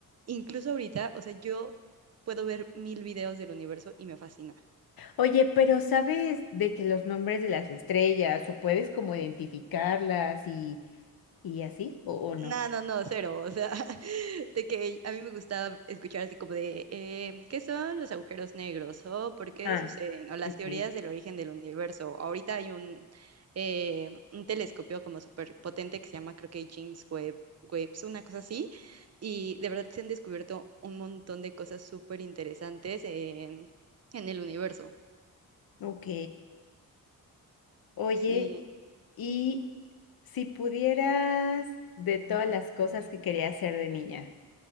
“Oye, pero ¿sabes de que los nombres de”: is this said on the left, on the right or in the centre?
Left